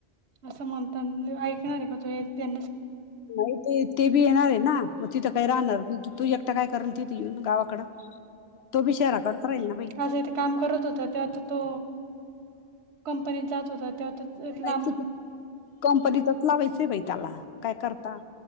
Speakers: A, on the right; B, on the left.
A: असं म्हणता ऐकणार आहे का त त्यां
B: नाही ते ते बी येणार आहे ना मग तिथं काही राहणार तू एकटा काय करेल तिथ. येऊन गावाकड तो बी शहराकडच राहील ना भाई.
A: आज इथे काम करत होता तेव्हा तर तो कंपनीत जात होता तेव्हा
B: नाही
A: लांब
B: तिथे कंपनीतच लावायचंय बाई त्याला काय करता.